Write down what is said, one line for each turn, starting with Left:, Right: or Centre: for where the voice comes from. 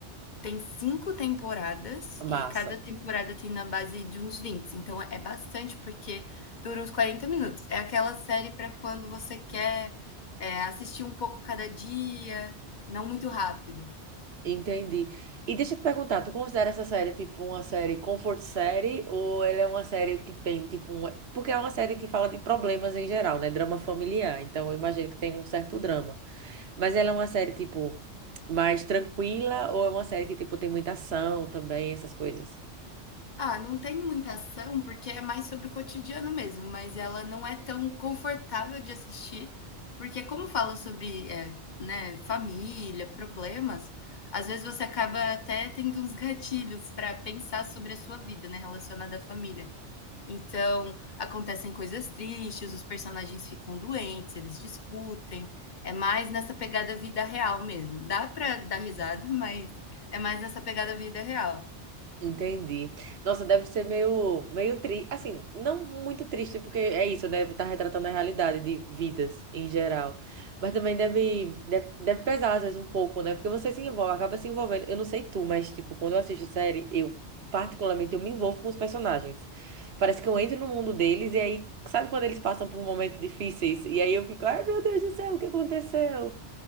Left: Tem 5 temporadas
Right: Massa.
Left: e cada temporada tem na base de uns vinte então é bastante, porque dura uns 40 minutos. É aquela série para quando você quer, eh, assistir um pouco cada dia, não muito rápido.
Right: Entendi. E deixa eu te perguntar, tu considera essa série tipo uma série comfort série ou ela é uma série que tem tipo um... Porque é uma série que fala de problemas em geral, né? Drama familiar, então eu imagino que tem um certo drama. Mas ela é uma série tipo mais tranquila ou é uma série que tipo tem muita ação também, essas coisas?
Left: Ah, não tem muita ação, porque é mais sobre o cotidiano mesmo, mas ela não é tão confortável de assistir, porque como fala sobre, eh, né, família, problemas, às vezes você acaba até tendo uns gatilhos para pensar sobre a sua vida, né, relacionada à família. Então, acontecem coisas tristes, os personagens ficam doentes, eles discutem. É mais nessa pegada vida real mesmo. Dá para dar risada, <laughs> mas é mais nessa pegada vida real.
Right: Entendi. Nossa, deve ser meio, meio triste. Assim, não muito triste, porque é isso, né? Tá retratando a realidade de vidas em geral. Mas também deve, deve, deve pesar, às vezes, um pouco, né? Porque você se envolve, acaba se envolvendo. Eu não sei tu, mas, tipo, quando eu assisto série, eu, particularmente, eu me envolvo com os personagens. Parece que eu entro no mundo deles e aí, sabe quando eles passam por momentos difíceis? E aí eu fico, ai, meu Deus do céu, o que aconteceu?